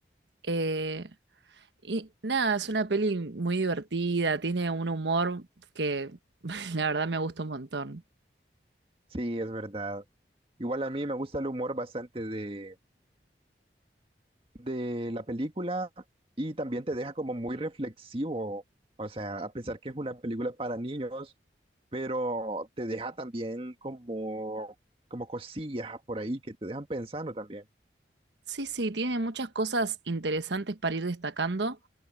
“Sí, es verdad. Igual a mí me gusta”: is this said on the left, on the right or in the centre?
Right